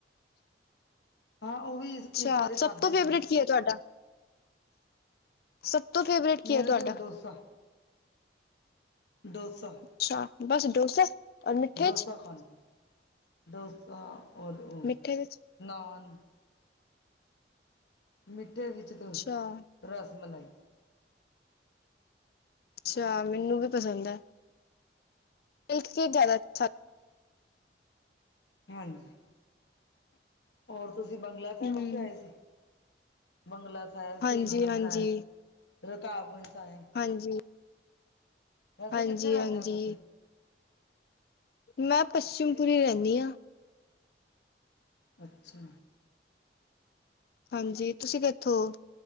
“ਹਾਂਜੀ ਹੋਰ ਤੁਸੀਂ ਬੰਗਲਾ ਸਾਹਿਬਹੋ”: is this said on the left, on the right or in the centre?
Left